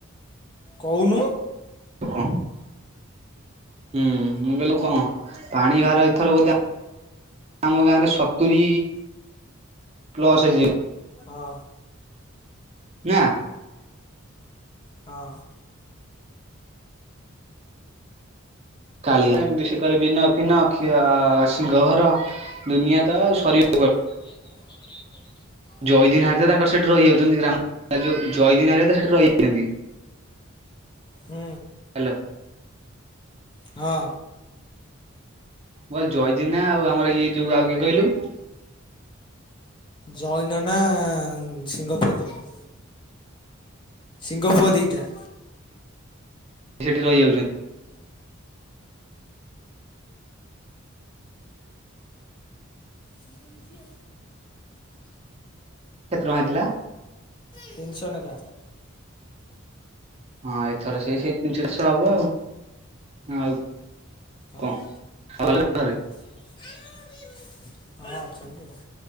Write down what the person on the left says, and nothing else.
କହୁନୁ।
ହଁ
ହଁ।
ଦୁନିଆ ତ ଆଉ ସରିବେ କୁଆଡ଼କୁ?
ହୁଁ।
ହଁ।
ଜୟି ନନା ଶିଙ୍ଗ ପୁଅ ଦିଟା। ଶିଙ୍ଗ ପୁଅ ଦିଟା।
ତୁ ତ ଏମତି ଆଉ।
ତିନିଶ ନେଖା।
ହଁ
<unintelligible> ହଁ ଅଛନ୍ତି ଆଉ।